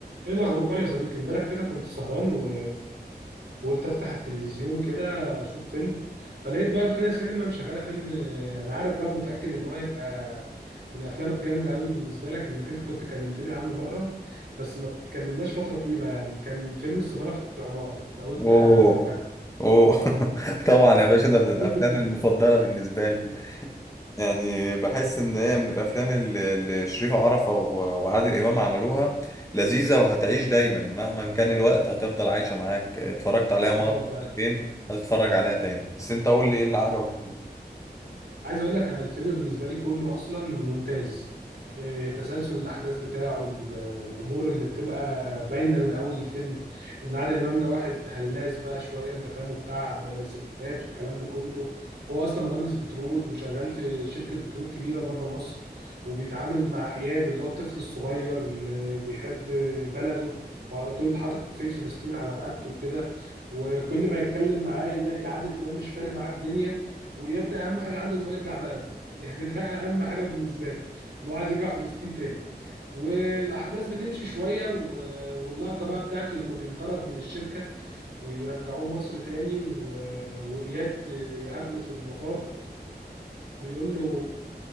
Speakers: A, on the right (about 70°); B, on the left (about 20°).
A: ايه الاخبار يا صديقي امبارح كده كنت سهران و... وقلت افتح التلفزيون كده اشوف فيلم فلقيت بقى روتانا سينما مشغله فيلم آه، انا عارف بقى متاكد ان هو يبقى من الافلام الجامده قوي بالنسبه لك لانك انت كنت كلمتني عنه مره بس ما اتكلمناش فتره طويله يعني كان فيلم السفاره في العماره لو انت
B: اوه
A: فاكره
B: اوه <laughs> طبعا يا باشا ده من
A: <laughs>
B: الافلام المفضله بالنسبه لي يعني بحس ان هي من الافلام اللي اللي شريف عرفة و- وعادل امام عملوها لذيذه وهتعيش دايما مهما كان الوقت هتفضل عايشه معاك اتفرجت عليها مره
A: ايوه فعلا
B: مرتين هتتفرج عليها تاني بس انت قول لي ايه اللي عجبك
A: دي حقيقة.
B: فيه
A: عايز اقول لك انا الفيلم بالنسبه لي كله اصلا ممتاز إيه، تسلسل الاحداث بتاعه ال- الامور اللي بتبقى باينه من اول الفيلم ان عادل امام ده واحد هلاس بقى شويه انت فاهمه بتاع ب- ستات والكلام ده كله هو اصلا مهندس بترول وشغال في شركه بترول كبيره بره مصر وبيتعامل مع اياد اللي هو الطفل الصغير اللي بيحب بلده وعلى طول حاطط كوفيه فلسطين على رقبته وكده وكل ما يتكلم معاه يلاقي عادل امام مش فارق معاه الدنيا وإياد ده أهم حاجة عنده إن هو يرجع بلده <laughs> يعني ده أهم حاجة بالنسبة لي إن هو عايز يرجع فلسطين تاني والأحداث بتمشي شوية و- واللقطة بقى بتاعت لما بينطرد من الشركة ويرجعوه مصر تاني و- وإياد يقابله في المطار ويقول له